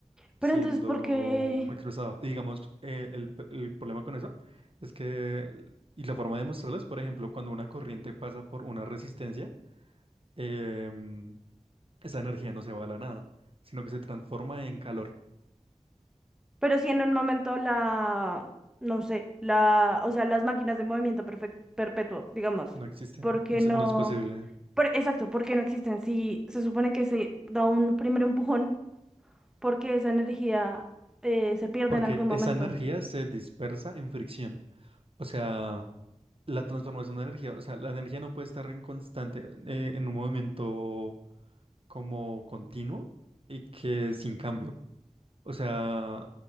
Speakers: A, in the centre; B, on the right (about 45°).
A: Pero
B: siendo
A: entonces, ¿por qué?
B: expresado. Y digamos, eh, el, p- el problema con eso es que, y la forma de demostrarlo es, por ejemplo, cuando una corriente pasa por una resistencia, em, esa energía no se va a la nada, sino que se transforma en calor.
A: Pero si en un momento la, no sé, la, o sea, las máquinas de movimiento perfec- perpetuo, digamos,
B: No existen,
A: ¿por qué
B: no se-
A: no?
B: no es posible,
A: Por, exacto, ¿por qué no existen? Si se supone que se da un primer empujón, porque esa energía eh, se pierde
B: porque
A: en algún momento?
B: esa energía se dispersa en fricción. O sea, la transformación de energía, o sea, la energía no puede estar en constante, eh, en un movimiento como continuo y que sin cambio. O sea,